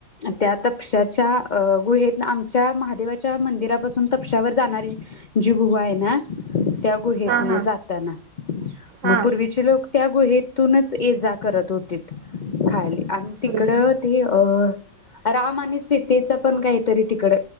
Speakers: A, on the left (about 55°); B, on the right (about 60°).
A: त्या तपशाच्या गुहेेत आमच्या महादेवाच्या मंदिरापासून तपशावर जाणारी जी गुहा आहे ना त्या त्या गुहेतन
B: हा हा
A: जाताना मग
B: हा
A: पूर्वीचे लोक त्या गुहेतूनच ये जात. करत होतीत खायले. आणि तिकडं
B: पुरुष
A: ते अ राम आणि सीतेचा पण काहीतरी तिकड